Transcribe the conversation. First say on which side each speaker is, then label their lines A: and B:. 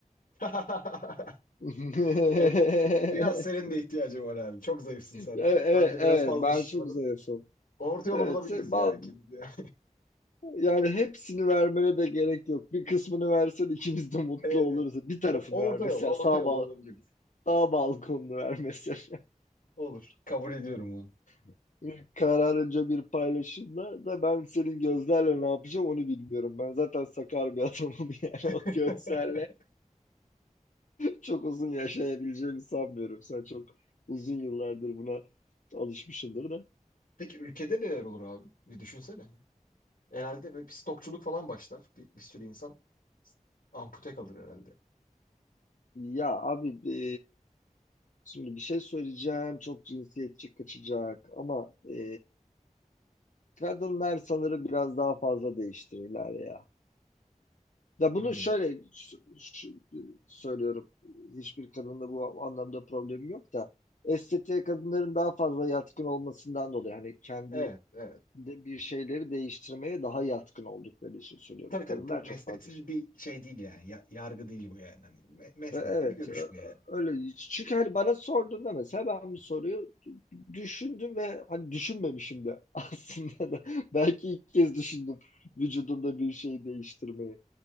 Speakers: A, on the left; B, on the left.
A: <laughs>
B: <laughs>
A: Evet. Biraz senin de ihtiyacın var abi. Çok zayıfsın sen
B: Evet,
A: de.
B: evet,
A: Ben de
B: evet
A: biraz fazla
B: ben
A: şişmanım.
B: çok zayıfım.
A: Orta yolu
B: Evet,
A: bulabiliriz
B: se- bal-
A: ya ikimiz de.
B: Yani hepsini vermene de gerek yok. Bir kısmını versen ikimiz
A: <laughs>
B: de mutlu
A: Evet.
B: oluruz.
A: evet.
B: Bir tarafını
A: O,
B: ver
A: orta
B: mesela
A: yol, orta
B: sağ
A: yolu
B: bal
A: bulabiliriz.
B: sağ balkonunu ver mesela.
A: Olur. Kabul ediyorum bunu.
B: <laughs> Kararınca bir paylaşımla da ben senin gözlerle ne yapacağım onu bilmiyorum. Ben zaten sakar bir adamım <laughs> yani o
A: <laughs>
B: gözlerle çok uzun yaşayabileceğimi sanmıyorum. Sen çok uzun yıllardır buna alışmışsındır da.
A: Peki ülkede neler olur abi? Bir düşünsene. Herhalde böyle bir stokçuluk falan başlar. Bir, bir sürü insan ampute kalır herhalde.
B: Ya abi e, şimdi bir şey söyleyeceğim çok cinsiyetçi kaçacak ama e, Kadınlar sanırım biraz daha fazla değiştirirler ya. Ya bunu
A: Hmm,
B: şöyle s- ş- söylüyorum. Hiçbir kadında bu anlamda problemim yok da estetiğe kadınların daha fazla yatkın olmasından dolayı hani kendi
A: Evet, evet.
B: de bir şeyleri değiştirmeye daha yatkın oldukları için söylüyorum.
A: Tabii
B: Kadınlar
A: tabii bu mesnetsiz
B: çok fazla şey
A: bir şey değil yani. Ya- yargı değil bu yani. Hani me- mesnetli
B: E, Evet,
A: bir görüş
B: e,
A: bu yani.
B: öyle. Çünkü hani bana sorduğunda mesela ben bu soruyu düşündüm ve hani düşünmemişim de <laughs> aslında da belki ilk kez düşündüm vücudumda bir şey değiştirmeyi.